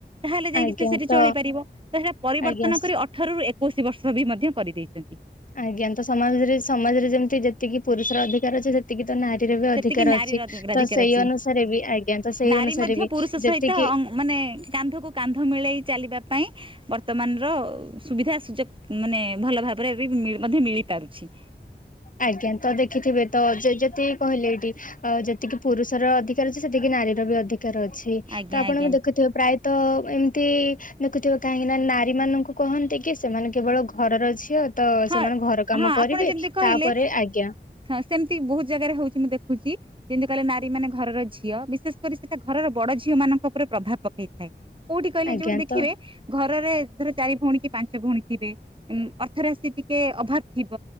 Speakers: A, on the right; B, on the left.
A: ତାହେଲେ ଯାଇକି
B: ଆଜ୍ଞା
A: ସେ ସେଠି
B: ତ
A: ଚଳିପାରିବ। ତ ସେ ପରିବର୍ତ୍ତନ
B: ଆଜ୍ଞା
A: କରି ଅ ଅଠରରୁ ଏକୋଇଶି ବର୍ଷ ବି ମଧ୍ୟ କରିଦେଇଛନ୍ତି।
B: ଆଜ୍ଞା ତ ସମାଜରେ ସମାଜରେ ଯେମିତି ଯେତିକି ପୁରୁଷର ଅଧିକାର ଅଛି ଯେ ଏତିକି ତ ନାରୀର ବି ଅଧିକାର
A: ସେତିକି ନାରୀ
B: ଅଛି।
A: ରାଧିକାର
B: ତ ସେଇ
A: ଅଛି
B: ଅନୁସାରେ ବି ଆଜ୍ଞା ତ ସେଇ
A: ନାରୀ
B: ଅନୁସାରେ
A: ମଧ୍ୟ
B: ବି
A: ପୁରୁଷ ସହିତ
B: ଯେତିକି
A: ମାନେ କାନ୍ଧକୁ କାନ୍ଧ ମିଳେଇ ଚାଲିବା ପାଇଁ ବର୍ତ୍ତମାନର ସୁବିଧା ସୁଯୋଗ ମାନେ ଭଲ ଭାବରେ ବି ମଧ୍ୟ ମିଳି ପାରୁଛି।
B: ଆଜ୍ଞା, ତ ଦେଖିଥିବେ ତ ଯେ ଯେପି କହିଲେ ଏଇଠି। ଅ ଯେତିକି ପୁରୁଷର ଅଧିକାର ଅଛି, ସେତିକି ନାରୀର ବି ଅଧିକାର ଅଛି।
A: ଆଜ୍ଞା
B: ତ ଆପଣଙ୍କୁ
A: ଆଜ୍ଞା
B: ଦେଖୁଥିବେ ପ୍ରାୟ ତ ଏମତି ଦେଖୁଥିବ କାହିଁକି ନା, ନାରୀ ମାନଙ୍କୁ କହନ୍ତି କି ସେମାନେ କେବଳ ଘରର ଝିଅ ତ
A: ହଁ
B: ସେମାନେ ଘର କାମ
A: ହଁ
B: କରିବେ!
A: ଆପଣ ଯେମିତି କହିଲେ
B: ତାପରେ ଆଜ୍ଞା
A: ହଁ ସେମିତି ବହୁତ ଜାଗାରେ ହଉଛି ମୁଁ ଦେଖୁଛି। ଯେମିତି କହିଲେ ନାରୀ ମାନେ ଘରର ଝିଅ, ବିଶେଷ କରି ସେଟା ଘରର ବଡ ଝିଅ ମାନଙ୍କ ଉପରେ ପ୍ରଭାବ ପକେଇଥାଏ। କୋଉଠି କହିଲେ
B: ଆଜ୍ଞା
A: ଯୋଉଠି ଦେଖିବେ,
B: ତ
A: ଘରରେ ଧର ଚାରି ଭଉଣୀ କି ପାଞ୍ଚ ଭଉଣୀ ଥିବେ ଉଁଅର୍ଥ ଅର୍ଥରାସି ଟିକେ ଅଭାବ ଥିବ,